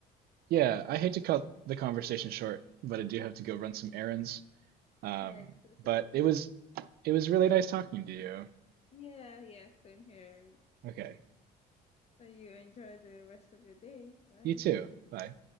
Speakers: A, on the right; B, on the left.
A: Yeah, I hate to cut the conversation short, but I do have to go run some errands. Um,
B: Yeah, it's totally
A: but it
B: fine.
A: was it was really nice talking to you.
B: Yeah, yeah, same here.
A: Okay.
B: So you enjoy the rest of your day. Bye.
A: You too. Bye.